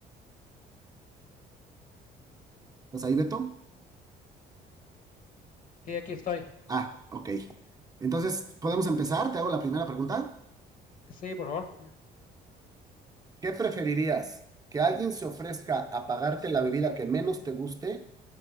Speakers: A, on the right; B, on the left.
A: ¿Estás ahí, Beto?
B: Sí, aquí estoy.
A: Ah, ok. Entonces, ¿podemos empezar? ¿Te hago la primera pregunta?
B: Sí, por favor.
A: ¿Qué preferirías? ¿Que alguien se ofrezca a pagarte la bebida que menos te guste